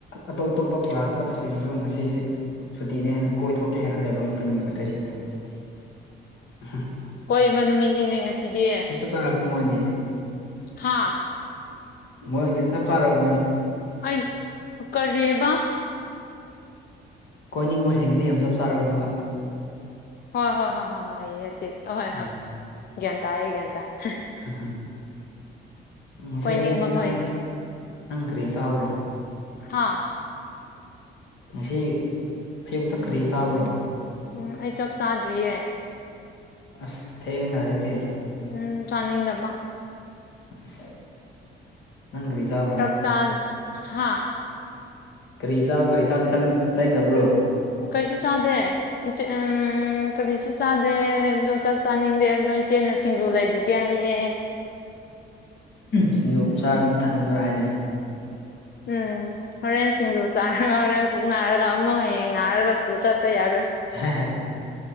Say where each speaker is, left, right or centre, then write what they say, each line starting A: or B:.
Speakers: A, on the left (about 70°); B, on the left (about 55°).
A: ꯑꯇꯣꯞ ꯑꯇꯣꯞꯄ ꯀ꯭ꯂꯥꯁ ꯆꯠꯄꯁꯤꯡꯁꯨ ꯉꯁꯤꯁꯤ ꯁꯨꯇꯤꯅꯤ ꯍꯥꯢꯅ ꯀꯣꯏꯊꯣꯛꯀꯦ ꯍꯥꯏꯅ ꯂꯩꯕ ꯉꯛꯇꯅꯤ ꯑꯇꯩꯁꯤꯡꯅ ꯎꯍꯝ
B: ꯀꯣꯢꯕ ꯅꯨꯃꯤꯠꯅꯤꯅꯦ ꯉꯁꯤꯗꯤ
A: ꯆꯥꯔꯕꯅꯤ ꯃꯣꯏꯗꯤ
B: ꯍꯥ
A: ꯃꯣꯏ ꯗꯤ ꯆꯞ ꯆꯔꯕꯅꯤ
B: ꯑꯩ ꯀꯔꯤꯕꯥ
A: ꯀꯣꯏꯅꯤꯡꯕꯁꯤꯡꯒꯤꯗꯤ ꯌꯥꯝ ꯆꯞ ꯆꯥꯔꯕꯅꯦꯕ
B: ꯍꯣꯏ ꯍꯣꯏ ꯍꯣꯏ ꯍꯣꯏ ꯍꯣꯏ ꯌꯦꯁ ꯌꯦꯁ ꯑꯍꯣꯏ
A: ꯎꯝ
B: ꯍꯣꯏ ꯒ꯭ꯌꯥꯟ ꯇꯥꯏꯌꯦ ꯒ꯭ꯌꯥꯟ ꯇꯥꯏꯌꯦ
A: ꯍꯝ ꯍꯝ ꯉꯁꯥꯏ
B: ꯀꯣꯏꯅꯤꯡꯕ
A: ꯑꯌꯨꯛꯇꯤ ꯅꯪ
B: ꯀꯣꯏꯅꯤꯡ
A: ꯅꯪ ꯀꯔꯤ ꯆꯥꯎꯔꯣ
B: ꯍꯥꯥ
A: ꯉꯁꯤ ꯑꯌꯨꯛꯇ ꯀꯔꯤ ꯆꯥꯕ꯭ꯔꯣ
B: ꯎꯝ ꯑꯩ ꯆꯥꯛ ꯆꯥꯗ꯭ꯔꯤꯌꯦ
A: ꯑꯁ ꯊꯦꯡꯉꯤꯅ ꯑꯗꯨꯗꯤ
B: ꯎꯝ ꯆꯥꯅꯤꯡꯗꯕ
A: <inaudible> ꯅꯪ ꯀꯔꯤ ꯆꯥ
B: ꯆꯥꯛ ꯆꯥꯢ ꯍꯥꯥ
A: ꯀꯔꯤ ꯆꯥꯕꯩ ꯆꯥꯛ ꯆꯥꯅꯤꯡꯗꯕ꯭ꯔꯣ
B: ꯀꯩꯁꯨ ꯆꯥꯗꯦ ꯏꯆꯦ ꯎꯝ ꯀꯔꯤꯁꯨ ꯆꯥꯗꯦ ꯑꯗꯣ ꯆꯥꯛ ꯆꯥꯅꯤꯡꯗꯦ ꯑꯗꯣ ꯏꯆꯦꯟꯅ ꯁꯤꯡꯖꯨ ꯂꯩꯕꯤ ꯒꯦ ꯍꯥꯏꯌꯦ
A: ꯁꯤꯡꯖꯨ ꯃꯨꯛ ꯆꯥꯔꯥ ꯊꯟꯗꯣꯔꯣ ꯍꯥꯏꯁꯦ
B: ꯎꯝ ꯍꯣꯔꯦꯟ ꯁꯤꯡꯖꯨ ꯆꯥꯔꯒ ꯍꯣꯔꯦꯟ ꯄꯨꯛ ꯅꯥꯔꯒ ꯑꯃꯨꯛ ꯍꯌꯦꯡ ꯅꯥꯔꯒ ꯁ꯭ꯀꯨꯜ ꯆꯠꯄ ꯌꯥꯔꯣꯏ
A: ꯍꯦꯍꯦ